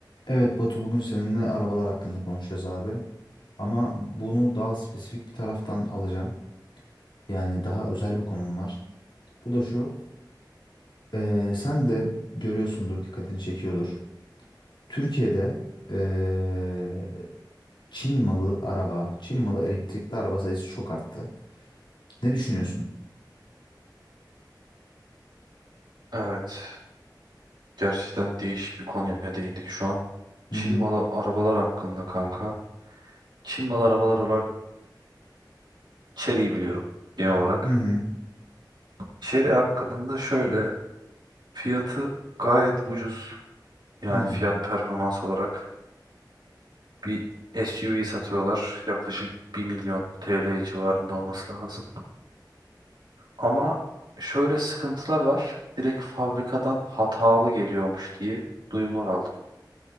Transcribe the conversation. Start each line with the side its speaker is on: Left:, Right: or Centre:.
Left: Evet Batu bugün seninle arabalar hakkında konuşacağız abi. Ama bunu daha spesifik bir taraftan alacağım. Yani daha özel bir konum var. Bu da şu. eee, sen de görüyorsundur, dikkatini çekiyordur. Türkiye'de eee, Çin malı araba, Çin malı elektrikli araba sayısı çok arttı. Ne düşünüyorsun?
Right: Evet, gerçekten değişik bir konuya değindik şu an. Çin
Left: Hı hı.
Right: malı arabalar hakkında kanka. Çin malı arabalar olarak Chery'yi biliyorum genel olarak.
Left: Hı hı.
Right: Chery hakkında şöyle fiyatı gayet ucuz. Yani
Left: Hı hı.
Right: fiyat performans olarak bir SUV satıyorlar. Yaklaşık bir milyon TL civarında olması lazım. Ama şöyle sıkıntılar var. Direkt fabrikadan hatalı geliyormuş diye duyumlar aldım.